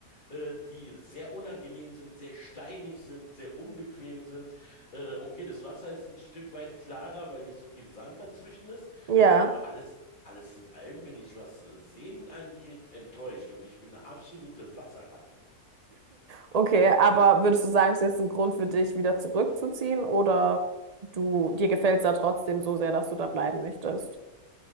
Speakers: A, on the left; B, on the right.
A: äh, die sehr unangenehm sind, sehr steinig sind, sehr unbequem sind. Äh, okay, das Wasser ist ein Stück weit klarer, weil nicht so viel Sand dazwischen ist,
B: Ja,
A: aber alles, alles in allem bin ich, was äh, Seen angeht, enttäuscht und ich bin eine absolute Wasserratte.
B: okay. Aber würdest du sagen, es ist jetzt ein Grund für dich, wieder zurückzuziehen? Oder du, dir gefällt es da trotzdem so sehr, dass du da bleiben möchtest?